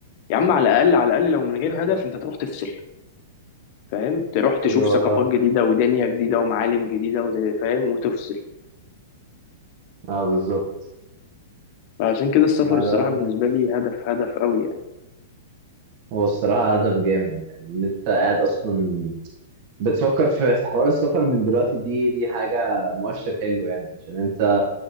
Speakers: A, on the left; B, on the right.
A: يا عم على الاقل على الاقل لو من غير هدف انت تروح تفصل فاهم تروح
B: ايوه
A: تشوف ثقافات جديدة ودنيا جديدة ومعالم جديدة وت- فاهم وتفصل
B: اه بالظبط
A: فعشان كده السفر
B: ما
A: الصراحة
B: ده
A: بالنسبة لي هدف هدف قوي يعني
B: هو الصراحة هدف جامد يعني إن أنت قاعد أصلا بتفكر في في حوار السفر من دلوقتي دي دي حاجة مؤشر حلو يعني عشان أنت